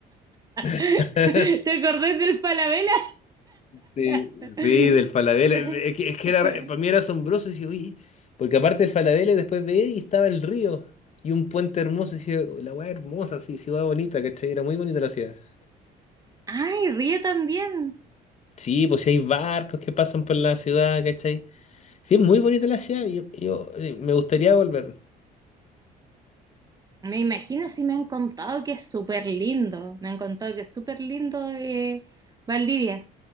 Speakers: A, on the right; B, on the left.
A: <laughs>
B: <laughs>
A: ¿Te acordáis del Falabella?
B: Sí,
A: <laughs>
B: sí, del Falabella. Es que, es que era, para mí era asombroso. Decía, "Uy", porque aparte del Falabella, después de él estaba el río y un puente hermoso. Decía, la weá hermosa, sí, ciudad bonita, ¿cachai? Era muy bonita la ciudad.
A: Ay, Río también.
B: Sí, pues sí hay barcos que pasan por la ciudad, ¿cachai? Sí, es muy bonita la ciudad. Yo, yo, eh, me gustaría volver.
A: Me imagino si me han contado que es súper lindo. Me han contado que es súper lindo eh, Valdivia.